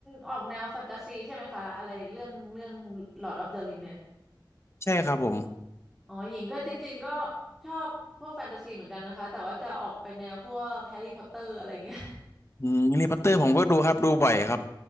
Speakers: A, in the centre; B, on the left.
A: ออกแนวแฟนตาซีใช่ไหมคะอะไรเรื่องเรื่อง Lord of the Ring เนี่ย
B: ใช่ครับผม
A: อ๋อหญิงก็จริงๆก็ชอบพวกแฟนตาซีเหมือนกันนะคะแต่ว่าจะออกไปแนวพวกแฮร์รี่พอตเตอร์อะไรเงี้ย
B: อืมแฮร์รี่พอตเตอร์ผมก็ดูครับดูบ่อยครับ